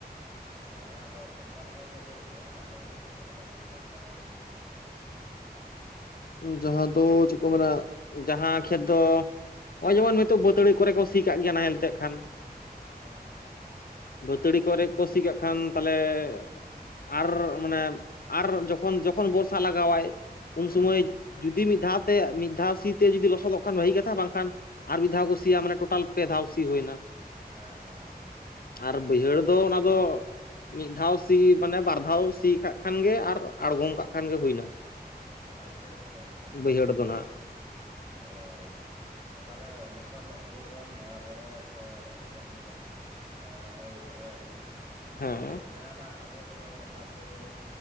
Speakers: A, on the right (about 40°); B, on the left (about 65°).
A: ᱦᱮᱸ ᱟᱫᱚ ᱚᱱᱠᱟ ᱞᱮᱠᱟᱜᱮ ᱞᱟᱹᱭ ᱢᱮ ᱟᱫᱚ ᱚᱠᱟᱞᱮᱠᱟ ᱰᱤᱯᱮᱱᱰ ᱟᱭ ᱢᱮᱱᱛᱮ ᱛᱮ
B: ᱡᱟᱦᱟᱸ ᱫᱚ ᱪᱮᱫ ᱠᱚ ᱢᱮᱱᱟ ᱡᱟᱦᱟᱸ ᱠᱷᱮᱛ ᱫᱚ ᱱᱚᱜᱼᱚᱭ ᱡᱮᱢᱚᱱ ᱱᱤᱛᱚᱜ ᱵᱟᱹᱛᱟᱹᱲᱤ ᱠᱚᱨᱮ ᱠᱚ ᱥᱤ ᱠᱟᱜ ᱜᱮᱭᱟ ᱱᱟᱦᱮᱞ ᱛᱮ ᱠᱷᱟᱱ
A: ᱦᱮᱸ ᱦᱮᱸ ᱦᱮᱸ
B: ᱵᱟᱹᱛᱟᱹᱲᱤ ᱠᱚᱨᱮ ᱠᱚ ᱥᱤ ᱠᱟᱜ ᱠᱷᱟᱱ ᱛᱟᱦᱞᱮ ᱟᱨ ᱢᱟᱱᱮ ᱟᱨ ᱡᱚᱠᱷᱚᱱ ᱡᱚᱠᱷᱚᱱ ᱵᱚᱨᱥᱟ ᱞᱟᱜᱟᱣᱟᱭ ᱩᱱ
A: ᱦᱮᱸ
B: ᱥᱚᱢᱚᱭ
A: ᱦᱮᱸ
B: ᱡᱩᱫᱤ ᱢᱤᱫ ᱫᱷᱟᱣ ᱛᱮ ᱢᱤᱫ ᱫᱷᱟᱣ ᱥᱤ ᱛᱮ ᱡᱩᱫᱤ ᱞᱚᱥᱚᱫᱚᱜ ᱠᱷᱟᱱ ᱵᱷᱟᱹᱜᱤ ᱠᱟᱛᱷᱟ ᱵᱟᱝᱠᱷᱟᱱ ᱟᱨ ᱢᱤᱫ ᱫᱷᱟᱣ ᱠᱚ ᱥᱤᱭᱟ ᱢᱟᱱᱮ ᱴᱳᱴᱟᱞ ᱯᱮ ᱫᱷᱟᱣ᱾ ᱟᱣᱥᱤ ᱦᱩᱭᱱᱟ
A: ᱦᱮᱸ ᱦᱮᱸ ᱦᱮᱸ
B: ᱟᱨ ᱵᱟᱹᱭᱦᱟᱹᱲ ᱫᱚ ᱚᱱᱟ ᱫᱚ ᱢᱤᱫ ᱫᱷᱟᱣ ᱥᱤ ᱢᱟᱱᱮ ᱵᱟᱨ ᱫᱷᱟᱣ ᱥᱤ ᱠᱟᱜ ᱠᱷᱟᱱᱜᱮ ᱟᱨ ᱟᱬᱜᱚᱢ ᱠᱟᱜ ᱠᱷᱟᱱᱜᱮ ᱦᱩᱭᱱᱟ᱾
A: ᱟᱪᱪᱷᱟ ᱟᱪᱪᱷᱟ ᱟᱪᱪᱷᱟ
B: ᱵᱟᱹᱭᱦᱟᱹᱲ ᱫᱚ ᱱᱟᱦᱟᱜ
A: ᱚ ᱛᱟᱦᱚᱞᱮ ᱛᱚᱠᱷᱚᱱ ᱦᱩᱲᱩ ᱵᱚᱱ ᱨᱚᱦᱚᱭᱟ ᱥᱮ ᱡᱚᱠᱷᱚᱱ ᱵᱚᱱ ᱦᱳ ᱨᱚᱦᱚᱭᱟᱵᱚᱱ ᱩᱱᱥᱩᱚᱢᱚᱭ
B: ᱦᱮᱸ
A: ᱡᱟᱦᱟᱱᱟᱜ ᱟᱵᱚ ᱡᱮᱢᱚᱱ ᱱᱮᱛᱟᱨ ᱫᱚ ᱡᱮᱢᱚᱱ